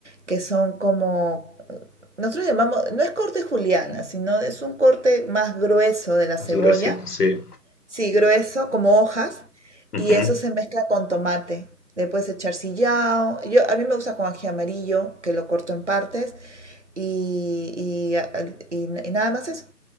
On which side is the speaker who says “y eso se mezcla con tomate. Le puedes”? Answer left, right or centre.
Right